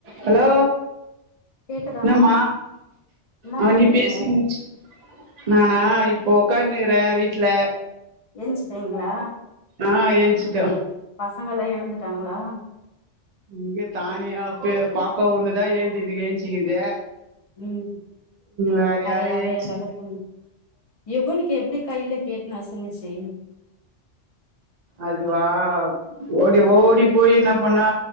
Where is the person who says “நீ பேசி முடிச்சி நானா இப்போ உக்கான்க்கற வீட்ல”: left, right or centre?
Right